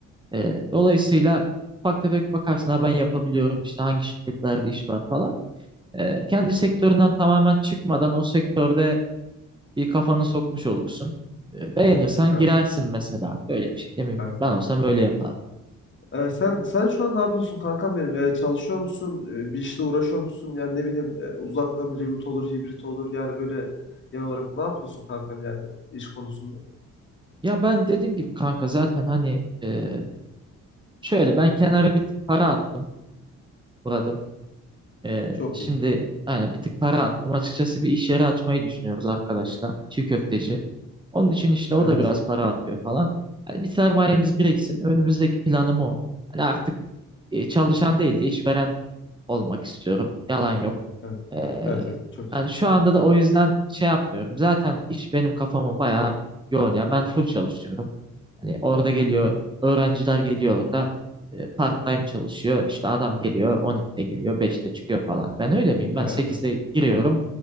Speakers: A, on the right; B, on the left.
A: Ee, dolayısıyla ufak tefek bakarsın ha ben yapabiliyorum işte hangi şirketlerde iş var falan. E, kendi sektöründen tamamen çıkmadan o sektörde bir kafanı sokmuş olursun. E, beğenirsen
B: Evet,
A: girersin mesela. Böyle bir şey de mümkün.
B: evet,
A: Ben
B: evet.
A: olsam öyle yapardım.
B: Ee, sen sen şu an ne yapıyorsun kankam benim? Ee, çalışıyor musun? Ee, bir işle uğraşıyor musun? Yani ne bileyim e, uzaktan reboot olur, hibrit olur. Yani böyle e, genel olarak ne yapıyorsun kankam yani iş konusunda?
A: Ya ben dediğim gibi kanka zaten hani e, şöyle ben kenara bir tık para attım Murat'ım. E,
B: Çok
A: şimdi
B: iyi.
A: yani bir tık para attım. Açıkçası bir iş yeri açmayı düşünüyoruz arkadaşlar. Çiğ köfteci. Onun için işte
B: Evet.
A: o da biraz para atıyor falan. Hani bir sermayemiz biriksin. Önümüzdeki planım o. Hani artık e, çalışan değil de işveren olmak istiyorum. Yalan yok.
B: Evet.
A: Ee,
B: Evet evet. Çok güzel.
A: yani şu anda da o yüzden şey yapmıyorum. Zaten iş benim kafamı bayağı yoğun ya. Ben full çalışıyorum. Hani orada
B: Hı hı.
A: geliyor, öğrenciler geliyor orada. e, part time çalışıyor. İşte adam geliyor 12'de geliyor, 5'te çıkıyor falan. Ben öyle miyim? Ben
B: Evet
A: 8'de
B: evet.
A: giriyorum.